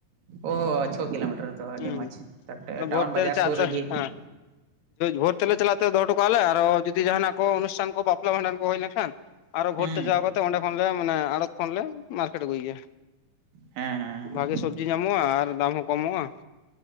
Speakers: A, on the right; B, on the left.
A: ᱚ ᱪᱷᱚ ᱠᱤᱞᱳᱢᱤᱴᱟᱨ ᱛᱚ ᱟᱹᱰᱤ
B: ᱦᱩᱸ
A: ᱢᱚᱸᱡᱽ ᱴᱟᱣᱩᱱ
B: ᱵᱷᱳᱨ ᱛᱮ
A: ᱵᱟᱡᱟᱨ
B: ᱪᱟᱜ
A: ᱥᱩᱨ
B: ᱛᱮ
A: ᱨᱮᱜᱮ
B: ᱦᱮᱸ ᱵᱷᱳᱨ ᱛᱮᱞᱮ ᱪᱟᱞᱟᱜ ᱛᱮ ᱫᱚᱦᱚ ᱦᱚᱴᱚ ᱠᱟᱜ-ᱟ᱾ ᱞᱮ ᱟᱨᱚ ᱡᱩᱫᱤ ᱡᱟᱦᱟᱱᱟᱜ ᱠᱚ ᱚᱱᱩᱥᱴᱷᱟᱱ ᱠᱚ ᱵᱟᱯᱞᱟ ᱵᱷᱟᱸᱰᱟᱱ ᱠᱚ ᱦᱩᱭ ᱞᱮᱱᱠᱷᱟᱱ ᱟᱨᱚ ᱵᱷᱳᱨᱛᱮ
A: ᱦᱩᱸ
B: ᱪᱟᱞᱟᱣ ᱠᱟᱛᱮ ᱚᱸᱰᱮ ᱠᱷᱚᱱᱞᱮ ᱢᱟᱱᱮ ᱟᱲᱚᱛ ᱠᱷᱚᱱᱞᱮ ᱢᱟᱨᱠᱮᱴ ᱟᱹᱜᱩᱭ ᱜᱮᱭᱟ᱾
A: ᱦᱮᱸ ᱦᱮᱸ
B: ᱵᱷᱟᱜᱮ ᱥᱚᱵᱽᱡᱤ ᱧᱟᱢᱚᱜ-ᱟ᱾ ᱟᱨ ᱫᱟᱢ ᱦᱚᱸ ᱠᱚᱢᱚᱜ-ᱟ᱾